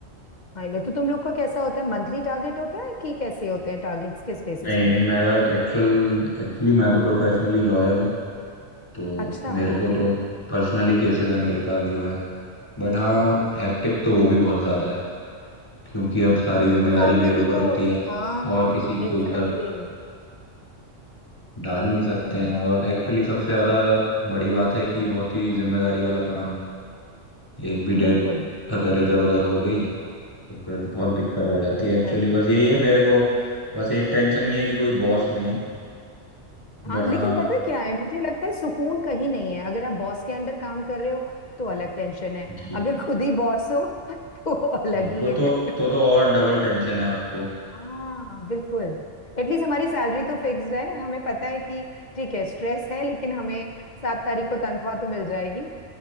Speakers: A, on the left; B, on the left.
A: हाँ, लो तो तुम लोग का कैसा होता है मंथली टारगेट होता है कि कैसे होते हैं टारगेट्स किस बेसिस
B: नहीं
A: पे
B: नहीं मेरा एक्चुअल एक्चुअली मैं तो प्रोफेशनली लॉयर हूँ तो
A: अच्छा
B: मेरे को
A: ओके
B: तो पर्सनली केसेस है मेरे पास जो है बट हाँ हेक्टिक तो वो भी बहुत ज़्यादा है क्योंकि अब सारी जिम्मेदारी
A: काम में
B: मेरे ऊपर
A: भी तो
B: होती है
A: हाँ
B: और किसी
A: एग्जैक्टली
B: के ऊपर
A: exactly.
B: डाल नहीं सकते
A: हम्म
B: हैं और एक्चुअली सबसे ज़्यादा बड़ी बात है कि बहुत ही जिम्मेदारी वाला काम है एक भी डेट
A: बिल्कुल
B: अगर इधर उधर हो गई तो फिर बहुत दिक्कत आ जाती है एक्चुअली
A: सही
B: बस यही है मेरे को बस एक टेंशन नहीं है कि कोई बॉस नहीं है
A: हाँ
B: बट
A: लेकिन
B: हाँ
A: पता है क्या है मुझे लगता है सुकून कहीं नहीं है अगर आप बॉस के अंडर काम कर रहे हो तो अलग टेंशन है
B: जी
A: अगर
B: जी,
A: खुद ही बॉस हो <laughs> तो अलग
B: हाँ
A: ही
B: तो तो
A: है
B: तो तो और डबल टेंशन है आपको
A: हाँ बिल्कुल एटलीस्ट हमारी सैलरी तो फिक्स्ड है हमें पता है कि ठीक है स्ट्रेस है लेकिन हमें सात तारीख को तनख्वाह तो मिल जाएगी